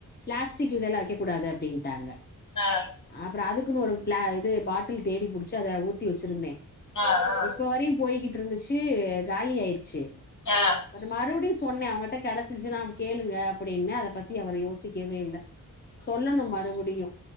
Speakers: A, on the left; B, on the left.
A: பிளாஸ்டிக் இதல்லா வைக்ககூடாது அப்டின்டாங்க
B: ஆ
A: அப்றோ அதுக்குன்னு ஒரு பிள இது பாட்டில் தேடி புடிச்சு அத ஊத்தி வச்சிருந்தே
B: ஆ ஆ
A: இப்ப வரையு போய்கிட்டு இருந்துச்சு காலி ஆயிருச்சு
B: ஆ
A: ஒரு மறுபடியு சொன்ன அவங்கட்ட கெடைச்சிச்சுன்னா கேளுங்க அப்டின்னு அத பத்தி அவரு யோசிக்கவே இல்ல சொல்லணு மறுபடியு